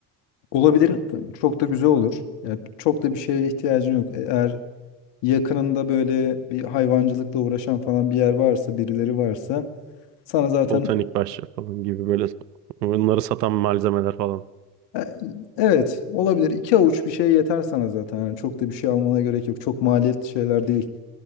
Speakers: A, on the left (about 60°); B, on the right (about 85°).
A: olabilir. Çok da güzel olur. Yani çok da bir şeye ihtiyacın yok. Eğer yakınında böyle bir hayvancılıkla uğraşan falan bir yer varsa, birileri varsa sana zaten
B: Botanik bahçe falan gibi böyle onları satan malzemeler falan.
A: E, Evet, olabilir. İki avuç bir şey yeter sana zaten. Yani çok da bir şey almana gerek yok. Çok maliyetli şeyler değil.